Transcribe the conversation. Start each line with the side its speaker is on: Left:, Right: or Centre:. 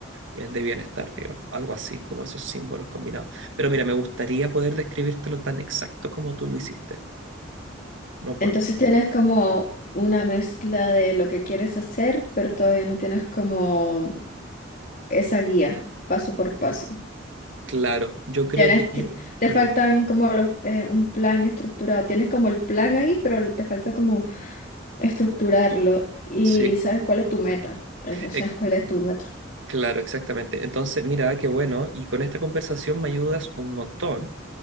Right: y el de bienestar, digamos, algo así, como esos símbolos combinados. Pero mira, me gustaría poder describírtelo tan exacto como tú lo hiciste. No puedo.
Left: Entonces tienes como una mezcla de lo que quieres hacer, pero todavía no tienes como esa guía paso por paso.
Right: Claro, yo creo
Left: Tienes,
Right: que tiene...
Left: ti- te
Right: Mm,
Left: faltan como los, eh, un plan estructurado. Tienes como el plan ahí, pero te falta como estructurarlo. Y
Right: sí.
Left: sabes cuál es tu meta. Eso, sabes
Right: Eh,
Left: cuál es tu meta.
Right: Claro, exactamente. Entonces, mira, qué bueno. Y con esta conversación me ayudas un montón.